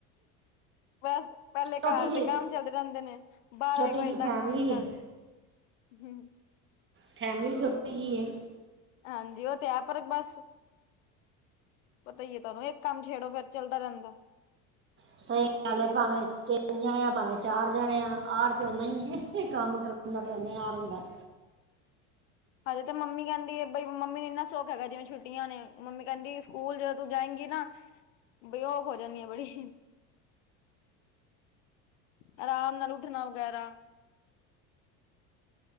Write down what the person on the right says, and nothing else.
ਛੋਟੀ
ਜੀ
ਛੋਟੀ
ਜੀ
ਫੈਮਿਲੀ
ਹੈ
ਫੈਮਲੀ ਛੋਟੀ ਜੀ ਏ
ਸਹੀ ਗ ਭਾਵੇਂ ਤਿੰਨ ਜਾਣੇ ਆ। ਭਾਵੇਂ ਚਾਰ ਜਾਣੇ ਆ। ਆਰ ਤੇ ਨਾ ਹੀ ਕੰਮ ਕਰ ਮੜ ਉਹਨੇ ਵਾਰ ਹੁੰਦਾ।
<inaudible>